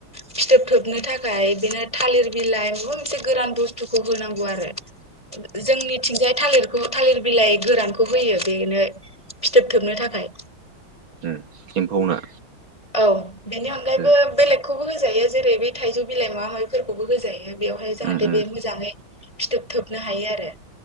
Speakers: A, on the left (about 15°); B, on the right (about 75°).
A: फिथोब थोबनो थाखाय बिदिनो थालिर बिलाइ माबा मोनसे गोरान बुस्थुखौ होनांगौ आरो जोंनिथिंजाय थालिर थालिर बिलाइ गोरानखौ होयो बेनो फिथोबथोबनो थाखाय।
B: उम एम्फौनो?
A: औ। बेनि अनगायैबो
B: ओ
A: बेलेग खौबो होजायो जेरै बेै थाइजौ बिलाइ माबा माबि बेफोरखौबो होजायो। बेवहाय जाहाथे
B: उम उम
A: बे मोजाङै फिथोब थोबनो हायो आरो